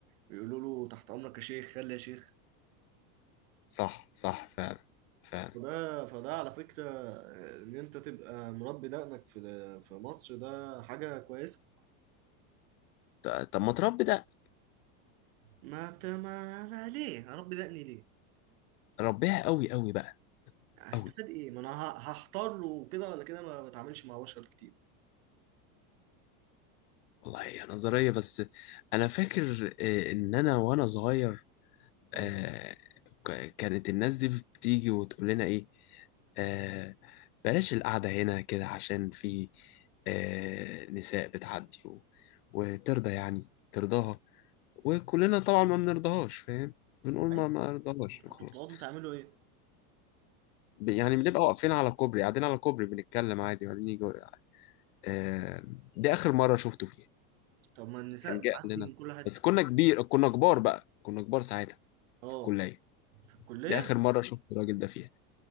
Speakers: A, on the right (about 60°); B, on the left (about 80°).
A: بيقولوا له تحت امرك يا شيخ خلي يا شيخ
B: صح صح فعلا فعلا
A: فده فده على فكرة ان انت تبقى مربي دقنك في في مصر ده حاجة كويسة
B: ط- طب ما تربي ده
A: ما بت... ما ما ليه هربي دقني ليه
B: ربيها قوي قوي بقى
A: هستفاد
B: قوي
A: ايه ما انا ه- هحتار وكده ولا كده ما بتعاملش مع بشر كتير
B: والله هي نظرية بس أنا فاكر آه، إن أنا وأنا صغير
A: اه
B: آه، ك- كانت الناس دي بتيجي وتقول لنا إيه آه، بلاش القعدة هنا كده عشان في آه، نساء بتعدي و- وترضى يعني ترضاها وكلنا طبعا ما بنرضاهاش فاهم بنقول ما
A: ايوه
B: ما رضاهاش
A: كنتوا
B: خلاص
A: بتقعدوا تعملوا ايه
B: ب- يعني بنبقى واقفين على كوبري قاعدين على كوبري بنتكلم عادي وبعدين يجي آه دي آخر مرة شفته فيها
A: طب ما النساء
B: كان جه
A: بتعدي
B: قال لنا
A: من كل حتة
B: بس كنا كبير كنا كبار بقى كنا كبار ساعتها
A: اه
B: في الكلية
A: في الكلية
B: دي آخر مرة شفت الراجل ده فيها